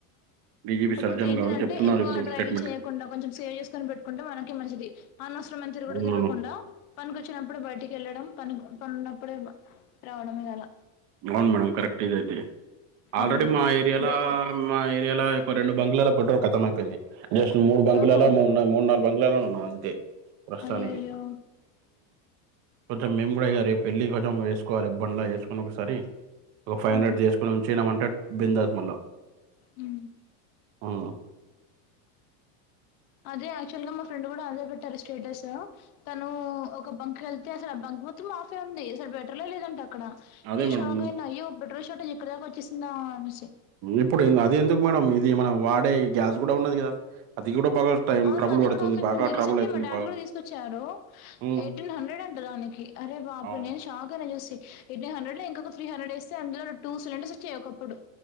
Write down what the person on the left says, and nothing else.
కాపోతే
ఏంటిదంటే
ఎక్కువ
డ్రైవింగ్
చేయకుండా కొంచెం సేవ్ చేసుకొని పెట్టుకుంటే మనకి మంచిది అనవ సరమైన తిరుగుడు
తిరగకుండా
పనికొచ్చినప్పుడు బయటికి యెళ్ళడం పనికి పని ఉన్నప్పుడే రావడమే గాల
ఉమ్.
బే
ఆహా
అయ్యో అయ్యో
ఆ.
మ్
అదే యాక్చువల్ గా మా ఫ్రెండ్ కూడా అదే పెట్టారు స్టేటస్ తను ఒక బం కెళ్తే అసల్ ఆ బంక్ మొత్తం ఆఫే ఉంది అసల్ పెట్రోలే లేదంట అక్కడ
నేన్
షాక్ అయినా అయ్యో పెట్రోల్ ష ఇక్కడ దాక వచ్చేసిందా అనేసి
అవును
అది
కూడా ఆఫ్ అయిపోయింది
రీసెంట్లీ
మా డాడీ
కూడా తీసుకొచ్చారు
ఎయిటీన్ హండ్రెడ్ అంట దానికి అరే బాబు
నేను షాక్ అయినా చూసి ఎట్ నన్ హండ్రెడ్ లో ఇంకోక త్రీనే హండ్రేడ్ ఏస్తే అందులో టూ సిలిండర్స్ వచ్చయి ఒకప్పుడు